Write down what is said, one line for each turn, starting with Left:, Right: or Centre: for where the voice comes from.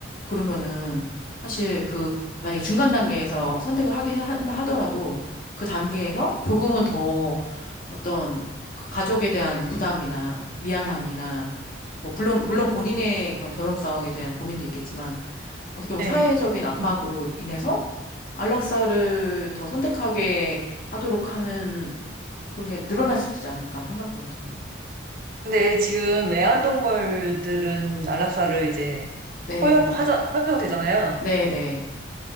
Left: 그러면은 사실 그 만약에 중간 단계에서 선택을 하게 한다 하더라도 그 단계에서 조금은 더 어떤 그 가족에 대한 부담이나 미안함이나 뭐 물론 물론 본인의 그런 존엄성에 대한 고민도 있겠지만 어떻게 보면
Right: 네.
Left: 사회적인 압박으로
Right: 음.
Left: 인해서 안락사를 더 선택하게 하도록 하는 그런 게 늘어날 수 있지 않을까 생각되거든요.
Right: 근데 지금 애완동물들은 안락사를 이제
Left: 네,
Right: 허용하자, 허용되잖아요.
Left: 네, 네,